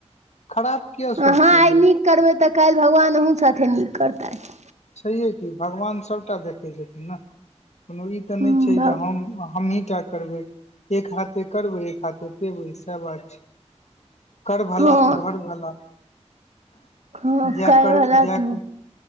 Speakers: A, on the left; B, on the right.
A: खराब किया सोचतै
B: आहाँ आइ
A: लोग
B: निक करबै तऽ काल्हि भगवान अहूँ साथे नीक करतथि
A: छैहे कि भगवान सभटा देखै छथिन ने कोनो ई त
B: हूँ
A: नहि छै
B: भाउ
A: जे हम हमही टा करबै एक हाथे करबै एक हाथे पेबै सेह बात छै कर भला
B: हँ
A: तो हर भला
B: हँ
A: जा
B: काल्हि
A: कर
B: भला
A: ज
B: तू